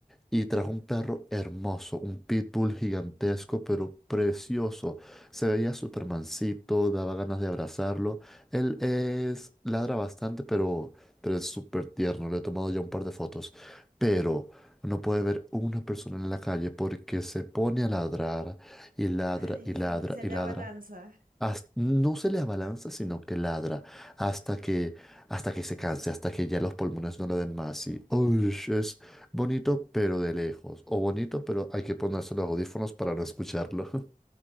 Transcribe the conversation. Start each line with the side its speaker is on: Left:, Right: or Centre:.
Centre: y trajo un perro hermoso, un pitbull gigantesco, pero precioso. Se veía Supermancito, daba ganas de abrazarlo. Él es, ladra bastante, pero, pero es súper tierno. Le he tomado ya un par de fotos. Pero no puede ver una persona en la calle porque se pone a ladrar y ladra
Right: Ay,
Centre: y ladra
Right: sí, se
Centre: y
Right: le
Centre: ladra.
Right: abalanza.
Centre: Has- no se le abalanza, sino que ladra hasta que, hasta que se canse, hasta que ya los pulmones no lo den más. Y "Ush", es bonito, pero de lejos. O bonito, pero hay que ponerse los audífonos para no escucharlo. <laughs>